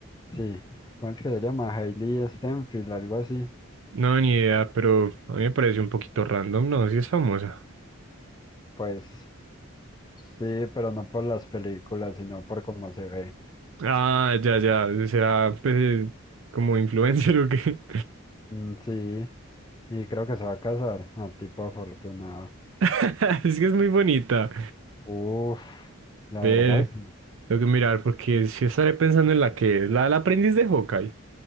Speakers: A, on the left; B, on the right.
A: Sí. ¿Cómo es que se llama? Hailey Steinfeld, algo así.
B: no, ni idea, pero a mí me parece un poquito random, no, sí es famosa.
A: Pues sí, pero no por las películas, sino por cómo se ve.
B: Ah, ya, ya, será pues como influencer <laughs> o qué.
A: Mm, sí. Y creo que se va a casar. A tipo afortunado.
B: <laughs> Es que es muy bonita.
A: Uf, la
B: Ve,
A: verdad, sí,
B: tengo que mirar porque si estaré pensando en la que es, la del aprendiz de Hawkeye.